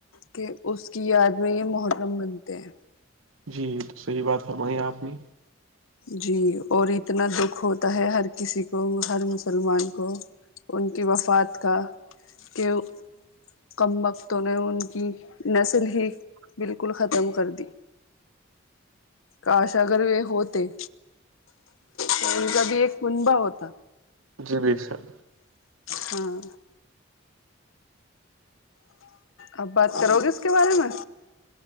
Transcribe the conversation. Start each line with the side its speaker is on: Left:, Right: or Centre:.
Left: کے اس کی یاد میں یہ محرم بنتے ہیں
Right: جی صحیح بات فرمائی آپ نے
Left: جی اور اتنا دکھ ہوتا ہے ہر کسی کو ہر مسلمان کو انکی وفات کا کہ کم بقتوں نے ان کی نسل ہی بالکل ختم کر دی کاش اگر وہ ہوتے تو ان کا بھی ایک کنبا ہوتا
Right: جی بے شک
Left: ہاں اب بات کرو گے اس کے بارے میں